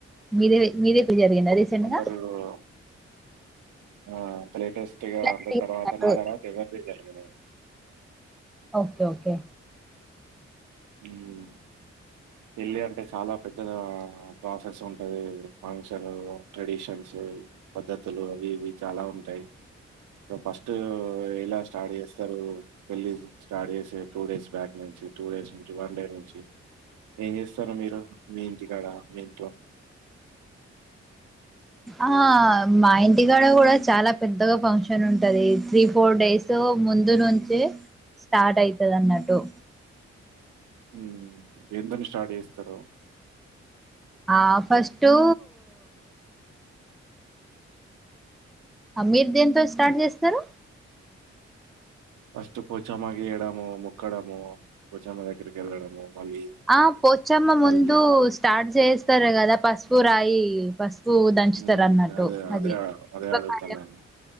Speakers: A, in the centre; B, on the right.
A: మీరే మీదే ఎప్పుడు జరిగిందా రీసెంట్గా
B: అందరూ ఆ లేటెస్ట్గా అంటే
A: జరిగింది
B: తర్వాత నా తర్వాత ఎవరిది జరగలే
A: ఓకే ఓకే
B: ఉమ్ పెళ్ళి అంటే చాలా పెద్ద గ ప్రాసెస్ ఉంటది ఫంక్షను ట్రెడిషన్స్ టెయ్ పద్ధతులు అవి ఇవి చాలా ఉంటాయి ఫస్ట్ ఇలా స్టార్ట్ చేస్త తారు పెళ్ళి స్టార్ట్ చేసే టూ డేస్ బ్యాక్ నుంచి టూ డేస్ నుంచి వన్ డే నుంచి ఏం చేస్తారు మీరు మీ ఇంటికాడ మీ ఇంట్లో
A: ఆ మా ఇంటికాడ కూడా చాలా పెద్దగా ఫంక్షన్ ఉంటది త్రీ ఫోర్ డేసో ముందు నుంచి స్టార్ట్ అయితది అన్నట్టు
B: హ్మ్ దేంతోని స్టార్ట్ చేస్తారో
A: ఆ ఫస్టు ఆ మీరు దేంతో స్టార్ట్ చేస్తారు
B: ఫస్టు పోచమ్మకి ఈయడము మొక్కడము పోచమ్మ దగ్గరికి వెళ్ళడము మళ్ళీ
A: ఆ పోచ్చమ్మ ముందు
B: హల్దీ
A: స్టార్ట్ చేస్తారు కదా పస్ పు రాయి పసుపు దంచుతారు
B: హ్మ్.
A: అన్నట్టు
B: అదే. అదే.
A: అది
B: అదే
A: శుభ
B: అడుగుతున్నాను.
A: కార్యం